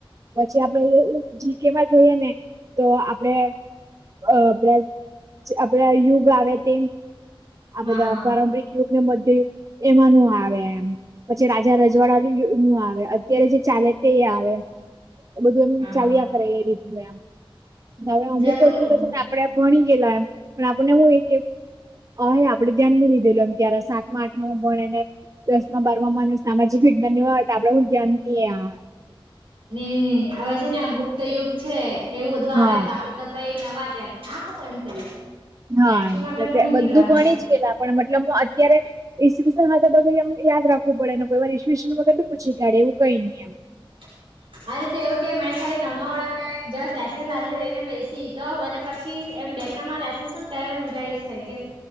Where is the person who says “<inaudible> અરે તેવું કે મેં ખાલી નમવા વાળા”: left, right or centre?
Right